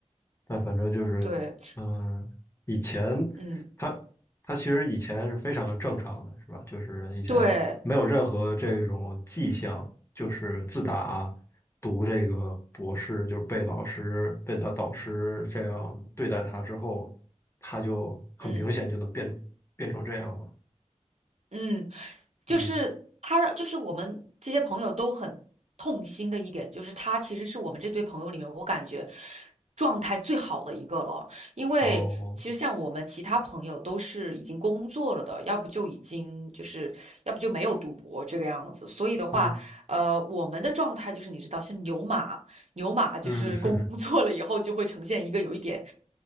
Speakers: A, on the left; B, on the right.
A: 但反正就是，
B: 对，
A: 嗯，以前他他其实以前是非常正常的，
B: 嗯，
A: 是吧？就是以前没有任何这种迹象，
B: 对，
A: 就是自打读这个博士，就是被老师被他导师这样对待他之后，他就很明显就能变变成这样嘛。
B: 嗯嗯，就是他让，
A: 嗯，
B: 就是我们这些朋友都很痛心的一点，就是他其实是我们这堆朋友里面，我感觉状态最好的一个了。因为其实像我们其他朋友都是已经工作了的，
A: 哦，
B: 要不就已经就是，要不就没有读博这个样子。所以的话，
A: 嗯
B: 呃，我们的状态就是你知道，像牛马。牛马就是工作了以后就会呈现一个有一点，
A: 嗯，<laughs> 是，